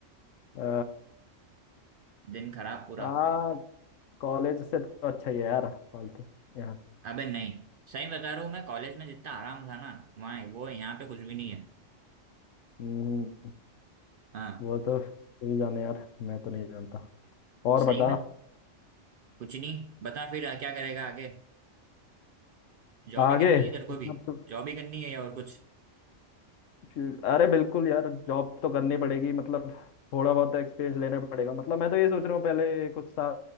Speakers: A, on the left; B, on the right.
A: अ,
B: दिन खराब पूरा
A: हाँ कॉलेज से तो अच्छा ही है यार फालतू यहाँ
B: अबे नहीं सही बता रहा हूँ मैं कॉलेज में जितना आराम था ना वहाँ वो है, यहाँ पे कुछ भी नहीं है
A: हम्म,
B: हाँ
A: वो तो तू ही जाने यार मैं तो नहीं जानता और
B: सही
A: बता
B: में कुछ नहीं बता फिर क्या करेगा आगे जॉब
A: आगे
B: ही करनी है तेरे को
A: मतलब
B: भी जॉब ही करनी है या और कुछ
A: फ्यू- अरे बिल्कुल यार जॉब तो करनी पड़ेगी मतलब थोड़ा बहुत एक्सपीरियंस लेना पड़ेगा मतलब मैं तो ये सोच रहा हूँ पहले कुछ साल